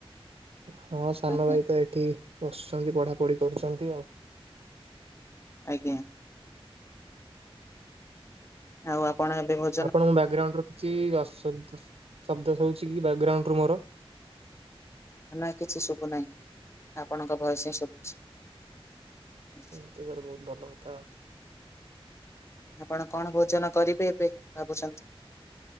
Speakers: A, on the right; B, on the left.
A: ହଁ ସାନ
B: ଆଜ୍ଞା
A: ଭାଇ ତ ଏଠି ବସଛନ୍ତି ପଢା ପଢି କରୁଛନ୍ତି ଆଉ।
B: ଆଜ୍ଞା। ଆଉ ଆପଣ ଏବେ ବହୁ
A: ଆପଣଙ୍କୁ ମୋ ବ୍ୟାଗଗ୍ରାଉଣ୍ଡ ରୁ କିଛି ଅ ଶବ୍ଦ ଶବ୍ଦ ଶ ହଉଛି କି ବ୍ୟାଗଗ୍ରାଉଣ୍ଡ ରୁ ମୋର?
B: ନା କିଛି ଶୁଭୁ ନାହିଁ ଆପଣଙ୍କ ଭଏସ ହିଁ ଶୁଭୁଛି।
A: ଶୁ ତାହେଲେ ବହୁତ ଭଲ ହଥା।
B: ଆପଣ କଣ ଭୋଜନ କରିବେ ଏବେ ଭାବୁଛନ୍ତି?